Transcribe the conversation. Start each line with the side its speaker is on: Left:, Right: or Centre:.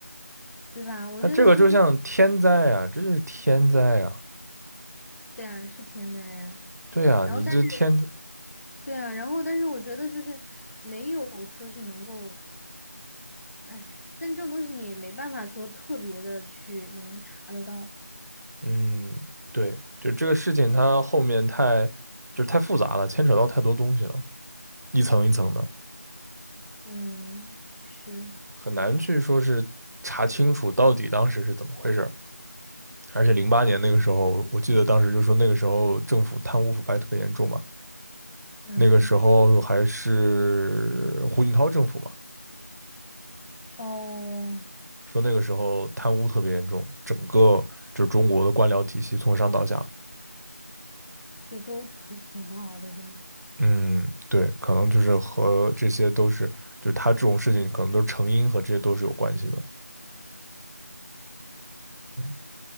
Left: 对吧？我觉得就是
Right: 他这个就像天灾啊，这就是天灾啊。
Left: 对啊，是天灾呀、
Right: 对啊，
Left: 然后但是
Right: 你这天灾，
Left: 对啊，然后但是我觉得就是没有说是能够，哎，但这种东西你也没办法说特别的去能查得到，
Right: 嗯，对，就这个事情，它后面太，就是太复杂了，牵扯到太多东西了，一层一层的，
Left: 嗯，是，
Right: 很难去说是查清楚到底当时是怎么回事儿而且零八年那个时候，我记得当时就说那个时候政府贪污腐败特别严重嘛，
Left: 嗯，
Right: 那个时候还是胡锦涛政府嘛，
Left: 哦，
Right: 说那个时候贪污特别严重，整个就是中国的官僚体系从上到下，
Left: 就都特挺不好的是吗？
Right: 嗯，对，可能就是和这些都是，就是他这种事情可能都是成因和这些都是有关系的，嗯，